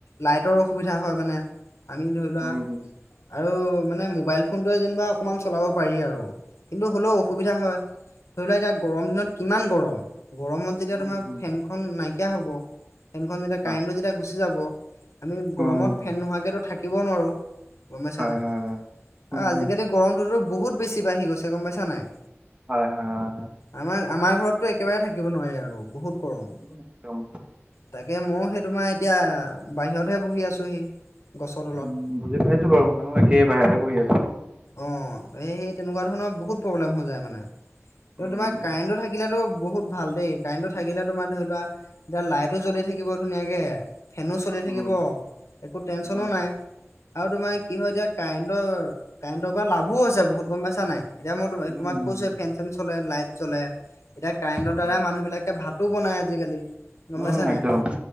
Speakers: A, on the left; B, on the right.
A: লাইটৰ অসুবিধা হয় মানে। আমি ধৰি লোৱা
B: উম
A: আৰু মানে মোবাইল ফোনটোৱে যেনিবা অকমান চলাব পাৰি আৰু কিন্তু হ'লোও অসুবিধা হয়। ধৰি লোৱা এতিয়া গৰম দিনত কিমান গৰম গৰমত যেতিয়া
B: উম
A: তোমাৰ ফেনখন নাইকিয়া হ'ব ফেনখন যেতিয়া
B: হয়
A: কাৰেণ্ট টো যেতিয়া গুচি যাব। আমি
B: উম
A: গৰমত ফেন নোহোৱাকে টো থাকিবও নোৱাৰো। গম পাইছা
B: হয়
A: নাই?
B: হয় হয় উম
A: আ আজিকালি গৰমটোত' বহুত বেছি বাঢ়ি গৈছে গম পাইছা নাই?
B: হয় হয় হয় হয়।
A: আমাৰ আমাৰ ঘৰতো একেবাৰে থাকিব নোৱাৰি আৰু বহুত গৰম।
B: উম একদম
A: তাকে ময়ো সেই তোমাৰ এতিয়া বাহিৰতহে বহি আছোহি গছৰ তলত।
B: উম বুজি পাইছো বাৰু ময়ো একেই বাহিৰতে বহি আছো।
A: অঁ এই এই তেনেকুৱা ধৰণৰ বহুত প্ৰব্লেম হৈ যায় মানে। কিন্তু
B: উম
A: তোমাৰ কাৰেণ্টটো থাকিলেতো বহুত ভাল দেই কাৰেণ্টটো থাকিলে তোমাৰ ধৰি লোৱা এতিয়া লাইটো জ্বলি থাকিব ধুনীয়াকে, ফেনো চলি থাকিব।
B: উম
A: একো টেনচনো
B: উম
A: নাই আৰু তোমাৰ কি হয় তিয়া কাৰেণ্টৰ কাৰেণ্টৰ পা লাভো হৈছে বহুত গম পাইছা নাই? এতিয়া মই
B: উম,
A: তোমাক কৈছো ফেন চেন চলে লাইট জ্বলে। এতিয়া কাৰেণ্টৰ
B: উম,
A: দ্বাৰা মানুহ বিলাকে ভাতো বনাই আজিকালি। গম
B: উম
A: পাইছা নাই
B: একদম।